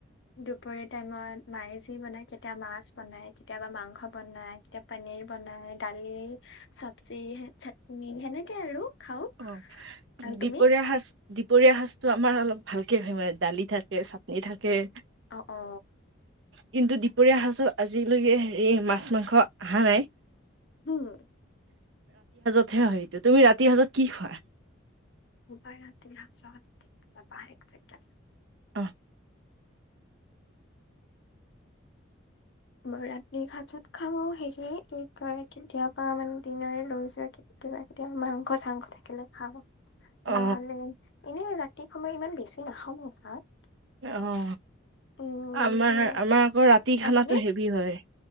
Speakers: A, on the left (about 60°); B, on the right (about 60°).
A: দুপৰীয়া টাইমত মায়ে যি বনাই কেতিয়া মাছ বনাই কেতিয়াবা মাংস বনাই কেতিয়াবা পনীৰ বনাই দালি চব্জি চাটনি সেনেকে আৰু খাও
B: অ
A: আৰু তুমি
B: দীপৰীয়া শাজ দপৰীয়া সাজটো আমাৰ অলপ ভালকে হয় মানে দালি থাকে চাটনি থাকে
A: অ অ।
B: কিন্তু দুপৰীয়া সাজত আজিলৈকে হেৰি মাছ মাংস অহা নাই।
A: উম।
B: হয়েইটো তুমি ৰাতি সাঁজত। কি খোৱা?
A: বাই ৰাতিছাবা এককে।
B: আহ।
A: মই ৰাতিৰ সাঁজত খাওঁ সে কি কয় কেতিয়াবা মান দিনৰে লৈ যোৱা কেতিয়াবা কেতিয়াবা মাংস চাংস থাকিলে খাওঁ।
B: অ
A: নহলে এনেই ৰাত কেই সময় ইমান বেছি নাখাও মই ভাত।
B: অ।
A: উম
B: আমাৰ
A: উম,
B: আমাৰ আকৌ ৰাতি
A: আৰু
B: খানাটো
A: তুমি
B: হেভি হয়।